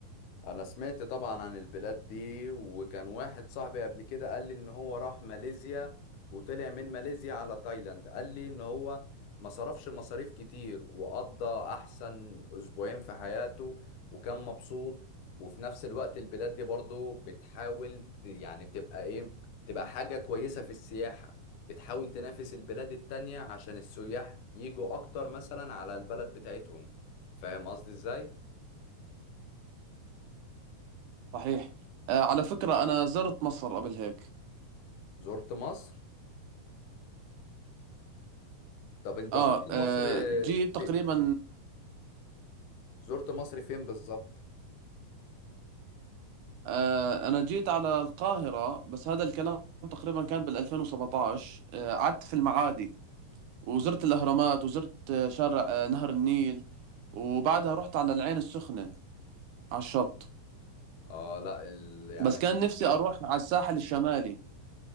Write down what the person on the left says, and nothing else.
انا سمعت طبعا عن البلاد دي وكان واحد صاحبي قبل كده قال لي ان هو راح ماليزيا وطلع من ماليزيا على تايلاند قال لي ان هو ما صرفش مصاريف كتير وقضى احسن اسبوعين في حياته وكان مبسوط وفي نفس الوقت البلاد دي برضو بتحاول ت- يعني بتبقى ايه تبقى حاجة كويسة في السياحة بتحاول تنافس البلاد التانية عشان السياح يجوا اكتر مثلا على البلد بتاعتهم فاهم قصدي ازاي
زرت مصر طب انت
زرت مصر
في...
زرت مصر فين بالظبط
اه لا ال... يعني